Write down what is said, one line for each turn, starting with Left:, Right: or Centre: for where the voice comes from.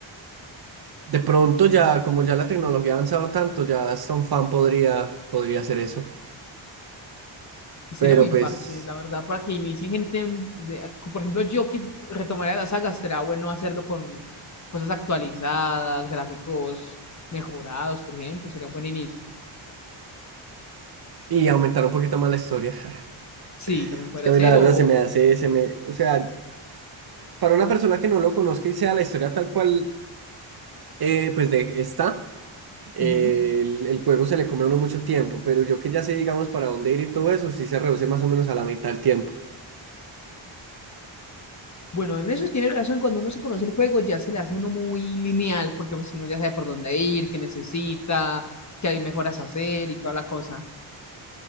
Right: De pronto ya, como ya la tecnología ha avanzado tanto, ya hasta un fan podría, podría hacer eso.
Left: Y
Right: Pero
Left: sería muy
Right: pues,
Left: parche, la verdad, para que inicien gente, de- por ejemplo, yo que retomaría la saga, será bueno hacerlo con cosas actualizadas, gráficos mejorados, por ejemplo, sería un buen inicio.
Right: y aumentar un poquito más la historia. <laughs>
Left: Sí, también podría
Right: Es que a mí
Left: ser,
Right: la verdad
Left: o...
Right: se me hace, se me, o sea, para una persona que no lo conozca y sea la historia tal cual, eh, pues de está, eh,
Left: ujú.
Right: el, el juego se le come a uno mucho tiempo, pero yo que ya sé, digamos, para dónde ir y todo eso, sí se reduce más o menos a la mitad del tiempo.
Left: Bueno, en eso tiene razón, cuando uno se conoce el juego ya se le hace uno muy lineal, porque pues uno ya sabe por dónde ir, qué necesita, qué hay mejoras a hacer y toda la cosa.